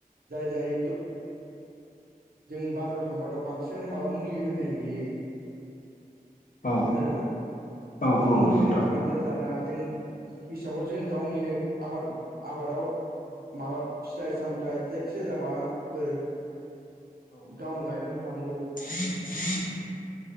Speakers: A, on the right; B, on the left.
A: जाय जाय द जों बाजाराव थांबाथ' बांसिनानो माबा मुलि होनाय नुयो
B: औ
A: फोरादों ना
B: औ
A: बिदि
B: औ
A: मुलि
B: नोंथां
A: होनायखौ बान्दो जानाङा जों हिसाबाव जों गावनिनो आबाद आबादाव माबा फिथाइ सामथाय जायखिजाया माबाफोर गावनो गायनानै थानांगौ
B: जि जि